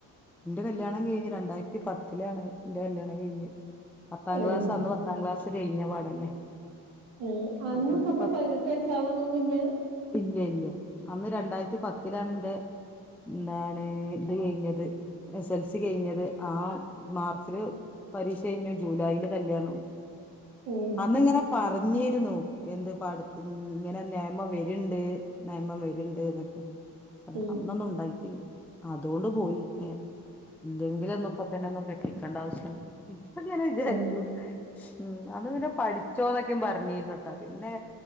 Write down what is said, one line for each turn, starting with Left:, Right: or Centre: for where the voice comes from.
Centre: എന്റെ കല്യാണം കഴിഞ്ഞ് രണ്ടായിരത്തി പത്തിലാണ് എന്റെ കല്യാണം കഴിഞ്ഞെ പത്താം
Right: ആഹ്
Centre: ക്ലാസ് അന്ന് പത്താം ക്ലാസ് ഴിഞ്ഞ പാടന്നെ
Right: ഏ അന്നൊക്കെ
Centre: അന്നത്തെ
Right: അപ്പൊ പതിനെട്ട് വയസ്സാവണന്നൊന്നുല്യാ
Centre: പിന്നെ ഇല്ലേ അന്ന് രണ്ടായിരത്തി പത്തിലാണ് എന്റെ എന്താണ് ഇത് കഴിഞ്ഞത് എസ് എൽ സി കഴിഞ്ഞത് ആ മാർച്ചില് പരീക്ഷ കഴിഞ്ഞു ജൂലൈയില് കല്യാണോം
Right: ഉം
Centre: അന്നിങ്ങനെ പറഞ്ഞ ഞ്ഞിരുന്നു എന്ത് പാട ഇങ്ങനെ നിയമം വരും ട്ട് നെയ്മം വരുണ്ട് എന്നൊക്കെ
Right: ഉം
Centre: അതി അന്നൊന്നും ഉണ്ടായിട്ടില്ല അതുകൊണ്ട് പോയി ഇല്ലെങ്കിലും മുപ്പത്തെന്നൊന്നും കെട്ടി എക്കണ്ട ആവശ്യം അത് ഞാൻ വിചാരിച്ചു
Right: ഉം ആഹ്
Centre: ഉ അന്ന് പിന്നെ പഠിച്ചോന്നൊക്കെ പറഞ്ഞിരുന്നു കേട്ടാ പിന്നെ